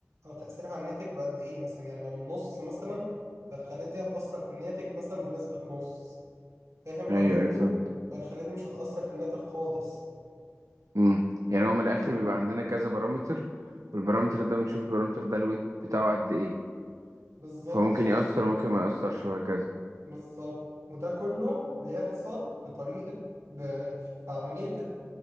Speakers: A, on the right (about 70°); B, on the right (about 85°).
A: أو تأثيرها على الناتج بقد إيه مثلا يعني لو النص مثلا فالخلية دي هتأثر في الناتج مثلا بنسبة نص فاهم
B: ايوه
A: لو زيرو
B: ايوه فاهم
A: فالخلية دي مش هتأثر في الناتج خالص
B: امم يعني هو من الاخر بيبقى عندنا كذا بارامتر والبارامتر ده بنشوف البارامتر ده الويت بتاعه قد ايه
A: بالظبط
B: فممكن
A: كده
B: يأثر وممكن ما يأثرش وهكذا
A: بالظبط وده كله بيحصل بطريقة ب... في عملية